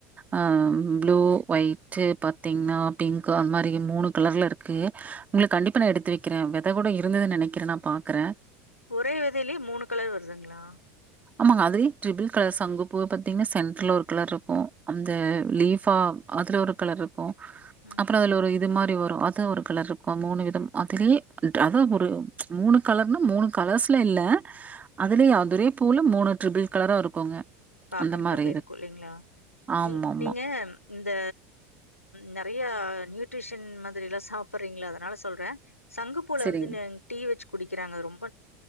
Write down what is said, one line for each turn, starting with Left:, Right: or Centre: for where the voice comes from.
Right: அஹ் ப்ளூ ஒய்ட் பாத்தீங்ன்னா பிங்க் அந் மாரி மூணு கலர்ல இருக்கு உங்ளுக் கண்டிப்பா நா எடுத்து வெக்கிறே வெத கூட இருந்துதுன் நெனைக்கிறே நா பாக்றே
Left: ஒரே வெதலியே மூணு கலர் வருதுங்ளா
Right: ஆமாங்க அதுவே ட்ரிபிள் கலர் சங்கு பூ பாத்தீங்ன்னா சென்ட்ர்ல ஒரு கலர் இருக்கு அந்த லீஃபா அதுல ஒரு கலர்ருக் கு
Left: ம்
Right: அப்புறோ அதுல ஒரு இ இது மாரி வரு அது ஒரு கலர்ருக்கு மூணு விதம் அதுலியே அத் அதா ஒரு மூணு ப்ச் கலர்னா மூணு கலர்ஸ் இல்லல்ல அதுலியே அதுரே பூல மூணு ட்ரிபிள் கலரா இருக்குங்க
Left: பாக்கறக்கு
Right: அந்த மாரி
Left: அப்டி இருக்கு இல்லைங்ளா
Right: ஆமாமா.
Left: நீ நீங்க இந்த நெறை ய நியூட்ரிஷியன் மாதிரி எல்லா சாப்படறிங்கள அதனால சொல்ற சங்குப்பூல
Right: சரிங்க.
Left: வந்து நங் டீ வச்சு குடிக்கிறாங்க ரொம்